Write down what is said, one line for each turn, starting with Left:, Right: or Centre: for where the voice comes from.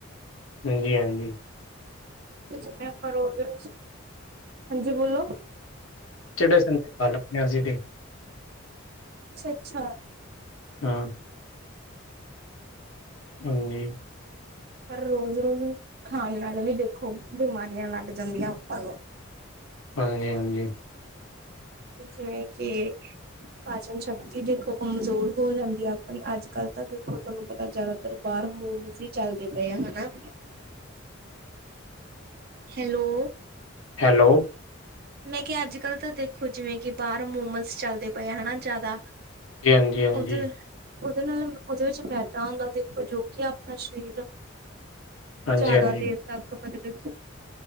Left: ਹਾਂਜੀ-ਹਾਂਜੀ।
Right: ਕੁੱਝ ਆਪਾਂ ਰੋਢ ਦੇ ਵਿਚ ਹਾਂਜੀ ਬੋਲੋ।
Left: ਕਿਹੜੇ ਥਾ ਤੇ ਖਾ ਲੈਦੇ ਹਾਂ ਅਸੀਂ ਤੇ।
Right: ਅੱਛਾ-ਅੱਛਾ।
Left: ਹਾਂ। ਹਾਂਜੀ।
Right: ਪਰ ਰੋਜ਼-ਰੋਜ਼ ਖਾਣ ਨਾਲ ਵੀ ਦੇਖੋ ਬਿਮਾਰੀਆਂ ਲੱਗ ਜਾਂਦੀਆਂ ਆਪਾਂ ਨੂੰ।
Left: ਹਾਂਜੀ ਹਾਂਜੀ।
Right: ਜਿਵੇਂ ਕਿ। ਪਾਚਨ ਸ਼ਕਤੀ ਦੇਖੋ ਕਮਜ਼ੋਰ ਹੋ ਜਾਂਦੀ ਹੈ ਆਪਣੀ ਅੱਜ ਕੱਲ੍ਹ ਤਾਂ ਦੇਖੋ ਤੁਹਾਨੂੰ ਪਤਾ ਜ਼ਿਆਦਾਤਰ। ਬਾਹਰ ਮੋਮਜ਼ ਵੀ ਚੱਲਦੇ ਪਏ ਆ ਹਨਾ। ਹੈਲੋ।
Left: ਹੈਲੋ।
Right: ਮੈਂ ਕਿਹਾ ਅੱਜ ਕੱਲ੍ਹ ਤਾਂ ਦੇਖੋ ਜਿਵੇਂ ਕਿ ਬਾਹਰ ਮੋਮਸ ਚੱਲਦੇ ਪਏ ਹਨਾ ਜ਼ਿਆਦਾ।
Left: ਜੀ ਹਾਂਜੀ ਹਾਂਜੀ,
Right: ਉਹਦੇੇ। ਉਹਦੇ ਨਾਲ ਉਹਦੇ ਵਿੱਚ ਮੈਦਾ ਹੁੰਦਾ ਦੇਖੋ ਜੋ ਕਿ ਆਪਣਾ ਸਰੀਰ
Left: ਹਾਂਜੀ
Right: ਜ਼ਿਆਦਾ
Left: ਹਾਂਜੀ।
Right: ਦੇਰ ਤੱਕ ਮਤਲਬ ਕਿ